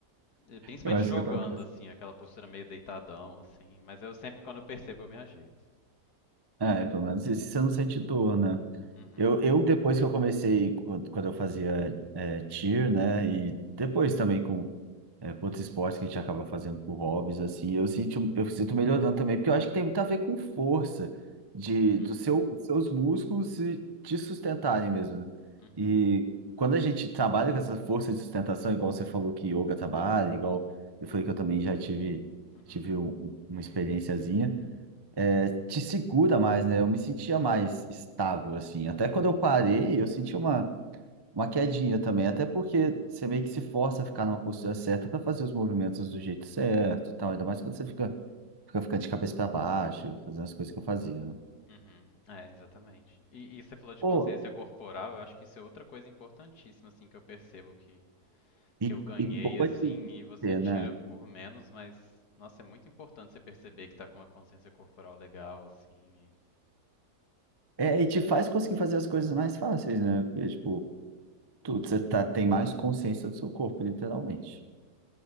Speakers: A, on the left (about 65°); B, on the right (about 25°).
A: e Principalmente
B: Eu acho
A: jogando,
B: que eu também.
A: assim, aquela postura meio deitadão, assim, mas eu sempre, quando eu percebo, eu me ajeito.
B: É, pelo menos isso você não sente dor, né?
A: Uhum,
B: Eu, eu depois que eu comecei, quando, quando eu fazia é, cheer, né? E depois também com É, com outros esportes que a gente acaba fazendo por hobbies, assim, eu sinto, eu sinto melhorando também, porque eu acho que tem muito a ver com força de
A: uhum,
B: dos seu, seus músculos se te sustentarem mesmo, né?
A: uhum,
B: E quando a gente trabalha com essa força de sustentação, igual você falou que yoga trabalha, igual eu falei que eu também já tive,
A: uhum,
B: tive um- um, uma experiênciazinha, é, te segura mais, né? Eu me sentia mais estável, assim. Até quando eu parei, eu senti uma uma quedinha também, até porque você meio que se força a ficar numa postura certa para fazer os movimentos do jeito certo, e tal, ainda mais quando você fica fica ficando de cabeça para baixo, fazendo as coisas que eu fazia, né?
A: uhum. É, exatamente. E, e você falou de
B: Pô,
A: consciência corporal, eu acho que isso é outra coisa importantíssima, assim, que eu percebo que
B: e,
A: que eu ganhei,
B: e boa
A: assim,
B: de
A: e você
B: ver,
A: tira
B: né?
A: por menos, mas, nossa, é muito importante você perceber que tá com uma consciência corporal legal, assim,
B: É, e te faz conseguir fazer as coisas mais fáceis, né? Porque, tipo, tu, você tá, tem mais consciência do seu corpo, literalmente.